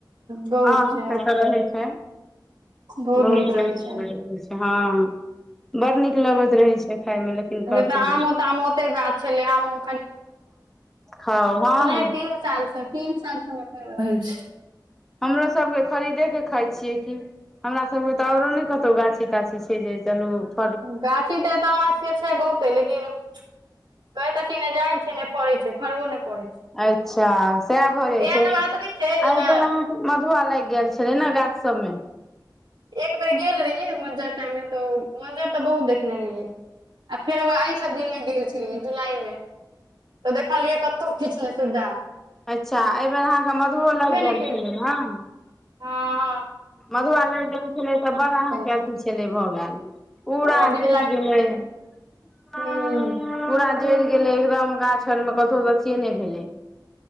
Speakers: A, on the right (about 80°); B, in the centre.
A: बहुत
B: हँ
A: छै
B: से तऽ रहै छै
A: बहुत
B: बत
A: नीक रहै छै
B: हँ बड़ नीक लगैत रहै छै खाायमे लेकिन
A: तऽ
B: करती
A: आमो ताम ओते गाछ छलै आमो
B: हँ हँ <unintelligible>
A: तेरहसालस तीन साल से तीन साल से हममे फड़ रहल छी
B: हमरो सब के खरीदे के खााय छीिये की हमरा सब के ते औरो ने कतहु गाछी ताछीछै से जे तलू <unintelligible> <unintelligible>
A: गाछी ते ए तऽ हमरा सबके छै बहुते लेकिन कहैतेनय छी ने जाय छी फड़े छै फारबो नहि प छै
B: अच्छा सएह भऽ जाइ
A: एहन
B: छै
A: बात नहि छै जेना
B: आ मधुआ लागि गेल छलै ने गाछ सब मे
A: एक बेर गेल रहिये मंजर टाइम मे। मंजर मं्जर तऽ बहुत देखने रहिये आ फेर आइ सब दिन ग जुलाई मे तऽ देखलियै कतहु खीचले सुडाह
B: अच्छा एहि बेेर अहाँकेँ मधुब लागि गेल
A: ने केलियै
B: छलै ने
A: हँ ह <unintelligible>
B: मधुआ लाग जाइ छलै तऽ बड़ अहाँ के
A: छै
B: अथी छले भऽ गेल पूरा
A: हँ बीज
B: ज
A: लक्का
B: गेल आ
A: हूँ
B: <inaudible> पूरा जरि गेलै एकदम गाछ आर मे कतहुऽ अथियए नहि भेलै